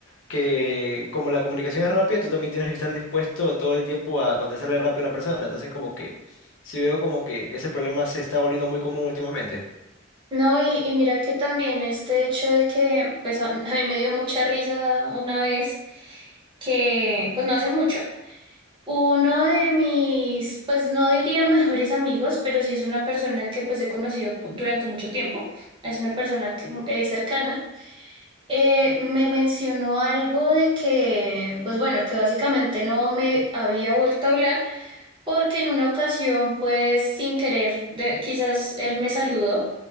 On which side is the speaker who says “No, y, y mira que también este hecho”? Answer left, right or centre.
Right